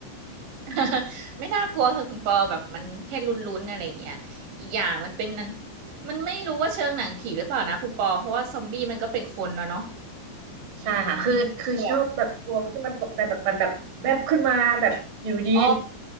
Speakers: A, on the right; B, on the right.
A: <laughs> ไม่น่ากลัวค่ะคุณปอแบบมันแค่ลุ้นๆอะไรอย่างเงี้ยอีกอย่างมันเป็นนันมันไม่รู้ว่าเชิงหนังผีหรือเปล่านะคุณปอเพราะว่าซอมบี้มันก็เป็นคนเนาะเนาะ
B: <laughs>
A: อืม
B: ใช่ค่ะคือคือชอบแบบกลัวที่มันตกใจแบบมันแบบแวบขึ้นมาแบบอยู่ดี
A: แบบอ๋อ